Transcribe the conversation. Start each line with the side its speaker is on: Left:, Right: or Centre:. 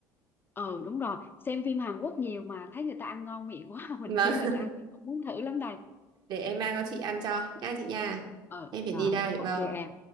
Left: ừ đúng rồi xem phim Hàn Quốc nhiều mà thấy người ta ăn ngon miệng quá <laughs> mình
Right: vâng
Left: chưa
Right: <laughs>
Left: từng ăn cũng muốn thử lắm đây
Right: để em mang cho chị ăn cho nha chị nha
Left: ờ
Right: em
Left: rồi
Right: phải đi đây
Left: ok
Right: vâng
Left: em